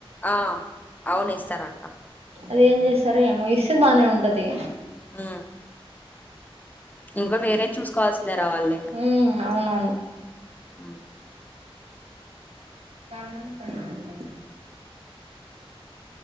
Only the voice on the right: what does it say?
గ ఏం చేస్తారో ఏమో ఇస్తే బానే ఉంటది
ఉ అవునవును
చాల మంది పడుకుంటున్నారా